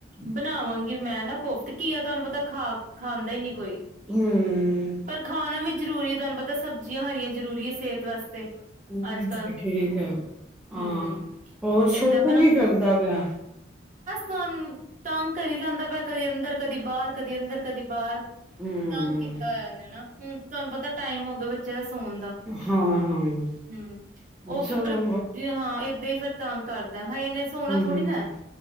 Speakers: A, on the right; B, in the centre.
A: ਬਣਾਵਾਂਗੀ ਮੈਂ ਨਾ ਕੋਫਤੇ ਘੀਆ ਤੁਹਾਨੂੰ ਪਤਾ ਖਾ ਖਾਂਦੇ ਹੀ ਨਹੀਂ। ਕੋਈ
B: ਹਮ
A: ਪਰ ਖਾਣਾ ਵੀ ਜ਼ਰੂਰੀ ਤੁਹਾਨੂੰ ਪਤਾ ਸਬਜ਼ੀਆਂ ਹਰੀਆਂ ਜ਼ਰੂਰੀ ਐ ਸਿਹਤ ਵਾਸਤੇ।
B: ਨਹੀਂ
A: ਅੱਜ ਕੱਲ
B: ਠੀਕ ਆ
A: ਹਮ
B: ਹਾਂ ਹੋਰ ਛੋਟੂ
A: ਏਦਾਂ
B: ਕੀ ਕਰਦਾ ਪਿਆ।
A: ਸਾਨੂੰ ਤੰਗ ਕਰੀ ਜਾਂਦਾ ਪਿਆ ਕਦੀ ਅੰਦਰ ਕਦੀ ਬਾਹਰ ਕਦੀ ਅੰਦਰ ਕਦੀ ਬਾਹਰ।
B: ਹਮ
A: ਤੰਗ ਕੀਤਾ ਹੋਇਆ ਇਨੇ ਨਾ ਹੁਣ ਤੁਹਾਨੂੰ ਪਤਾ ਟਾਈਮ ਹੋ ਗਿਆ ਬੱਚੇ ਬੱਚਿਆਂ ਦੇ ਸੋਣ ਦਾ
B: ਹਾਂ ਹਾਂ
A: ਹੂੰ, ਉਹ ਫਿਰ
B: ਚਲੋ
A: ਜੇ ਹਾਂ ਏਦਾਂ ਹੀ ਫਿਰ ਤੰਗ ਕਰਦਾ ਹਾਂ ਇਨੇ ਸੋਣਾ
B: ਹਮ
A: ਥੋੜ੍ਹੀ ਨਾ।